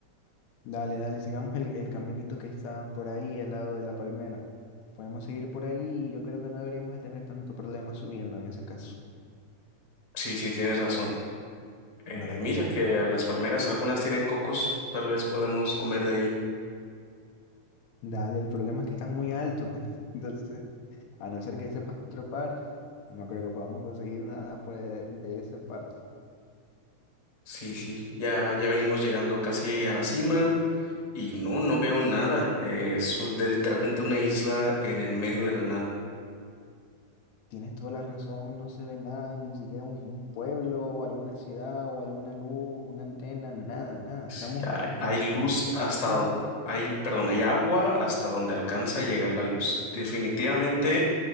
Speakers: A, on the left (about 75°); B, on the left (about 25°).
A: Dale, dale, sigamos el, el caminito que está por ahí al lado de la palmera. Podemos seguir por ahí y yo creo que no deberíamos de tener tanto problema subiendo en ese caso.
B: Sí, sí, tienes razón. Eh,
A: Dale,
B: mira
A: está-
B: que las palmeras algunas tienen cocos. Tal vez podemos comer de ahí.
A: dale, el problema es que están muy altos. <laughs> Entonces, a no ser que sepas tropar, no creo que podamos conseguir nada por, e- de esas partes.
B: Sí, sí, ya, ya venimos llegando casi a la cima y no, no veo nada. Eh, es u- de literalmente una isla en el medio de la nada.
A: Tienes toda la razón, no se ve nada, ni siquiera un, un pueblo o alguna ciudad o alguna luz, una antena, nada, nada.
B: Sí,
A: Estamos
B: hay,
A: con, en-
B: hay luz
A: en medio
B: hasta,
A: de la nada,
B: do- hay, perdón, hay agua hasta donde alcanza a llegar la luz. Definitivamente